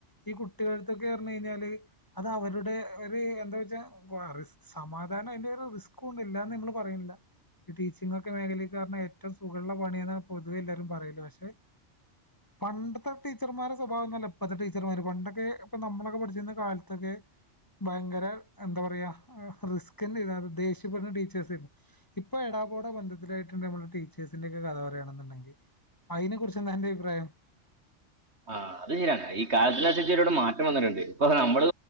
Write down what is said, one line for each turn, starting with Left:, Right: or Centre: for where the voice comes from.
Left: ഈ കു ട്ടികൾത്തോക്കെ പറഞ്ഞു കഴിഞ്ഞാല് അത് അവരുടെ ഒരു എന്താ വെച്ചാ ആഹ് റിസ് സമാധാനം അതിന്റെ ഒരു റിസ്ക്കുണ്ട് ഇല്ലാന്ന് ഞങ്ങള് പറയുന്നില്ല ഈ ടീച്ചിങ് ഒക്കെ മേഖലക്ക് പറഞ്ഞാ ഏറ്റവും സുഖള്ള പണി എന്നാണ് പൊതുവേ എല്ലാരും പറയല് പക്ഷെ പണ്ടത്തെ ടീച്ചർമാരെ സ്വഭാവൊന്നുവല്ല ഇപ്പത്തെ ടീച്ചർമാര് പണ്ട ക്കെ ഇപ്പ നമ്മളൊക്കെ പഠിച്ചിരുന്ന കാലത്തൊക്കെ ഭയങ്കര എന്താ പറയാ റിസ്‌ക്കിന്നെ <unintelligible> ദേഷ്യപ്പെടുന്ന ടീച്ചേഴ്സാരുന്നു ഇപ്പ എടാ പോട ബന്ധത്തിലായിട്ടിണ്ട് നമ്മുടെ ടീച്ചേഴ്സിന്റെ ഒക്കെ കഥ പറയാണെന്നെണ്ടങ്കി അയിനെ കുറിച്ചെന്താ അന്റെ അഭിപ്രായം
Right: ആഹ അത് ശരിയാണ് ഈ കാലത്തിനനുസരിച്ച് ഒരുപാട് മാറ്റം വന്നിട്ടെണ്ട് ഇപ്പൊ നമ്മള്